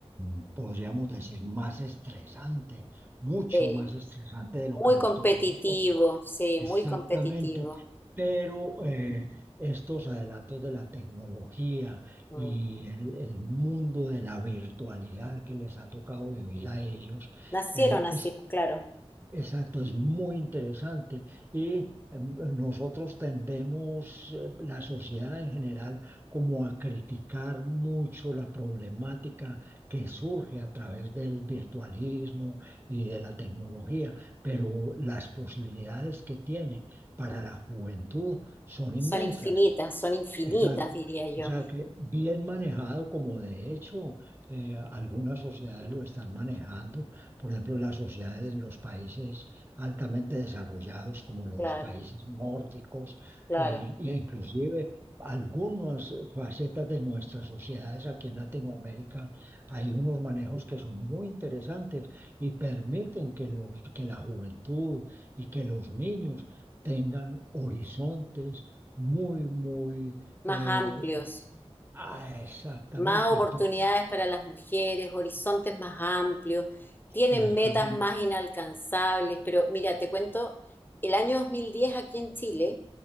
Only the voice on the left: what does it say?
Sí.
Muy
competitivo,
sí,
muy competitivo.
Mm.
Nacieron
así,
pues claro.
Son infinitas, son infinitas,
diría yo.
Claro,
claro.
Más
amplios,
más oportunidades
para las mujeres, horizontes más amplios, tienen
metas más inalcanzables. Pero mira, te cuento, el año 2010 aquí en Chile